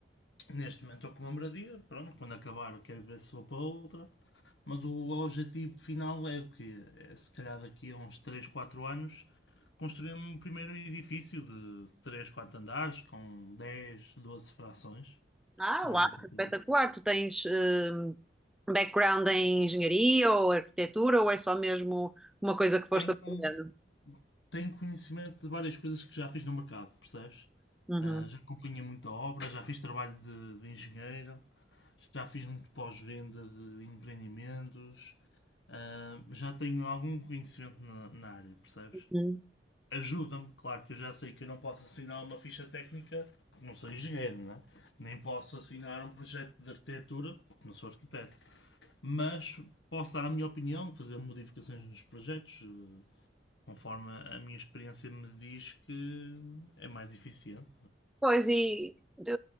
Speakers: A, on the left; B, in the centre.
A: Neste momento estou com uma moradia, pronto, quando acabar quero ver se vou para outra, mas o objetivo final é o quê? É se calhar daqui a uns três quatro anos construir um primeiro edifício de 3 4 andares com 10 12 frações,
B: Ah,
A: 10
B: uau,
A: apartamentos.
B: espetacular. Tu tens hum, background em engenharia ou arquitetura ou é só mesmo uma coisa que foste
A: Tenho,
B: aprendendo?
A: tenho conhecimento de várias coisas que já fiz no mercado, percebes?
B: Uhum.
A: Ah, já acompanhei muita obra, já fiz trabalho de, de engenheiro, já fiz muito pós-venda de empreendimentos, ah, já tenho algum conhecimento na, na área, percebes?
B: uhum.
A: Ajuda-me, claro que eu já sei que eu não posso assinar uma ficha técnica, não sou engenheiro, né? nem posso assinar um projeto de arquitetura, porque não sou arquiteto, mas posso dar a minha opinião, fazer modificações nos projetos, eh, conforme a minha experiência me diz que é mais eficiente.
B: Pois, e de-